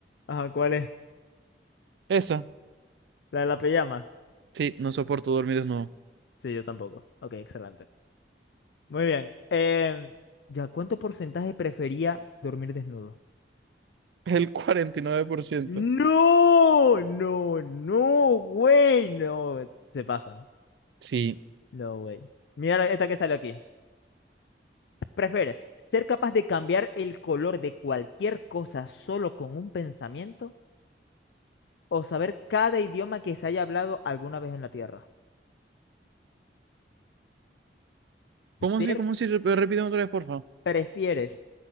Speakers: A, on the left; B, on the right.
A: Ajá, ¿cuál es?
B: Esa.
A: ¿La de la pijama?
B: Sí, no soporto dormir desnudo.
A: Sí, yo tampoco. Ok, excelente. Muy bien. Em, ¿Ya cuánto porcentaje prefería dormir desnudo?
B: El 49%.
A: no, no, no, güey, no. Se pasan.
B: Sí.
A: No, güey. Mira la- esta que sale aquí. ¿Prefieres ser capaz de cambiar el color de cualquier cosa solo con un pensamiento o saber cada idioma que se haya hablado alguna vez en la Tierra?
B: ¿Cómo
A: Ser,
B: así? ¿Cómo así? Rep- Repíteme otra vez, porfa.
A: ¿prefieres